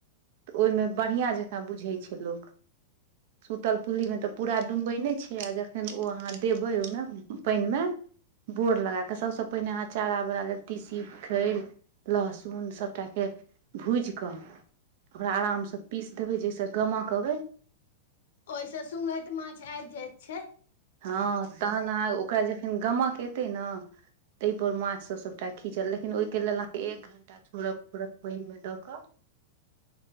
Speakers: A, on the right; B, on the left.
A: तऽ ओहि मे बढ़िया जकाँ बुझै छै लोक <inaudible> सुतल पुल्लीमे तऽ पूरा डूमबै नहि छै आ जखन ओ अहाँ देबे ओहि मे पानि मे बोर लगा कऽ सभसे पहिने अहाँ चारा बना लेब तीसीखैर लहसुन सभ सभटा के भूज कऽ ओकरा आरामसँ पीस देबै जाहिस गमक अबै
B: ओहिसँ सघैत माछ आबि जाइत छै।
A: ह तहन अहाँ ओकरा जखन गमक एयतै ने ताहि पर माछ सभ सभटा खीचल लेकिन ओहि के लेलऽ अहाँ एक घंटा छड़ फड़ पहि मेदक